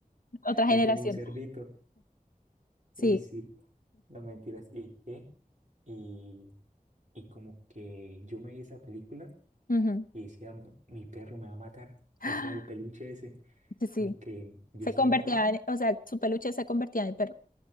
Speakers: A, on the left (about 70°); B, on the right (about 55°).
A: Otra generación.
B: Yo tenía un cerdito.
A: Sí.
B: Uy, sí. No mentiras. ¿Y qué? Y Y como que yo me vi esa película
A: ujú.
B: y decía, "Mi mi perro me va a matar.
A: Ah,
B: O sea, el peluche ese,
A: Sí, sí.
B: como que yo
A: Se
B: soñaba,
A: convertía en, o sea, su peluche se convertía en perro.